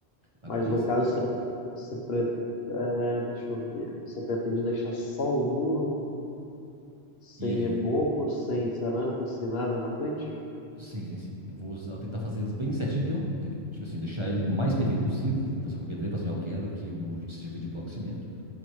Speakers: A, on the right; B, on the left.
A: mas
B: Mas
A: compensa.
B: no caso, você, você pre- é, deixa eu ver. Você pretende deixar só o muro, sem
A: E eh,
B: reboco, sem cerâmica, sem nada na frente?
A: sim, sim, sim, eu vou usar- tentar fazer eles bem certinho, entendeu? Tem que, tipo assim, deixar ele o mais perfeito possível. Vou conversar com o pedreiro, falar assim, ó, eu quero que o muro seja feito de bloco de cimento